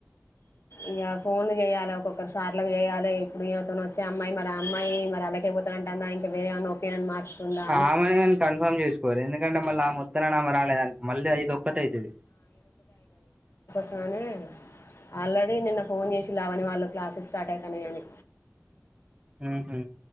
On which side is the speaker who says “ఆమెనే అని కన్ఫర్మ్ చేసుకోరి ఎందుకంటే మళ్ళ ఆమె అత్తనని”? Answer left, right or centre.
Right